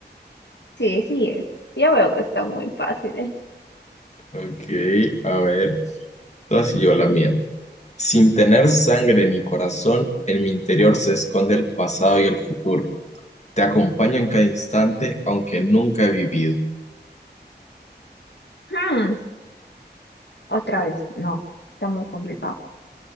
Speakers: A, on the left; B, on the left.
A: Sí, sí es. Yo veo que está muy fácil. ¿eh?
B: Ok, a ver, entonces yo la mía. Sin tener sangre ni corazón, en mi interior se esconde el pasado y el futuro. Te acompaña en cada instante, aunque nunca he vivido.
A: Hmm, otra vez, no, está muy complicado.